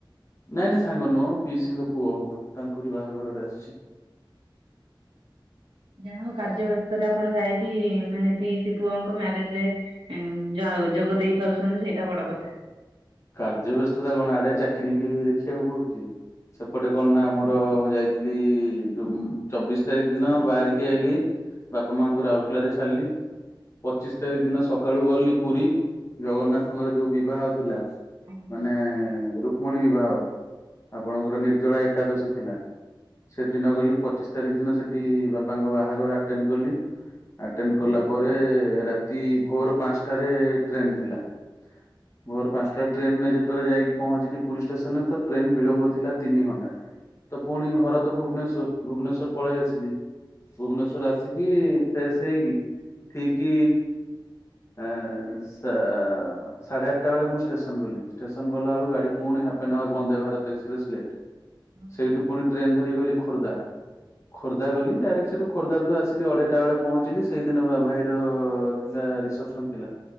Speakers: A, on the left (about 35°); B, on the right (about 80°).
A: ନାଇଁ ନାଇଁ ସାଙ୍ଗ ନୁହଁ ପିଇସିଙ୍କ ପୁଅ ହବ ତାଙ୍କରି ବାହାଘରରେ ଆସିଛି।
B: ଜଣ ଙ୍କ କାର୍ଯ୍ୟ ବ୍ୟସ୍ତରେ ଆପଣ ଯାଇକି ମାନେ ପିଇସି ପୁଅଙ୍କ ମ୍ୟାରେଜ ରେ ଉଁ ଯାହା ହଉ ଯୋଗ ଦେଇ ପାରୁଛନ୍ତି ସେଇଟା ବଡ କଥା।
A: କାର୍ଯ୍ୟ ବ୍ୟସ୍ତତା କଣ ଆଡେ ଚାକିର ବି ଦେଖିବାକୁ ପଡୁଛି। ସେପଟେ କଣ ନା ଆମର ଯାଇଥିଲି ଯୁ ଚବିଶ ତାରିଖ ଦିନ ବାହାରିକି ଆଇଲିି। ବାପା ମାଆଙ୍କୁ ରାଉରକେଲା ଛାଡିଲି। ପଚିଶ ତାରିଖ ଦିନ ସକାଳୁ ଗଲି ପୁରୀ ଜଗନ୍ନାଥଙ୍କର ଯୋଉ ବିବାହ ଥିଲା।
B: ଆଜ୍ଞା
A: ମାନେ ରୁକ୍ମଣୀ ବିବାହ ଆପଣଙ୍କର ନିର୍ଜଳା ଏକାଦଶୀ ଥିଲା। ସେଦିନ ଗଲି ପଚିଶ ତାରିଖ ଦିନ ସେଠି ବାପାଙ୍କ ବାହାଘର ଆଟେଣ୍ଡ କଲି ଆଟେଣ୍ଡ କଲା ପରେ ରାତି ଭୋର ପାଞ୍ଚଟାରେ ଟ୍ରେନ ଥିଲା। ଭୋର ପାଞ୍ଚଟା ଟ୍ରେନରେ ଯେତେବେଳେ ଯାଇକି ପହଞ୍ଚିଲି ପୁରି ଷ୍ଟେସନ ରେ ତ ଟ୍ରେନ ବିଳମ୍ବ ଥିଲା ତିନି ଘଣ୍ଟା। ତ ପୁଣି ଘର ତ ଭୁବନେଶ୍ୱର ଭୁବନେଶ୍ଵର ପଳେଇ ଆସିଲି। ଭୁବନେଶ୍ଵର ଆସିକି ଫେସ୍ ହେଇକି ଠିକ ଏ ସା ସାଢ଼େ ଆଠଟା ବେଳେ ମୁଁ ଷ୍ଟେସନ ଷ୍ଟେସନ ଗଲାବେଳୁ ଗାଡି ପୁଣି half an hour Vande Bharat express late
B: ଆଜ୍ଞା
A: ସେଇଠୁ ପୁଣି ଟ୍ରେନ ଧରିିକି ଗଲି ଖୋର୍ଦ୍ଧା ଖୋର୍ଦ୍ଧା ଗଲି ଡାଇରେକ୍ଟ ସେଠୁ ଖୋର୍ଦ୍ଧାରୁ ତୁ ଆସିଲି ଅଢେଇଟା ବେଳେ ପହଞ୍ଚିଲି ସେଇଦିନ ବା ଭାଇର ଥିଲା ରିସେପସନ ଥିଲା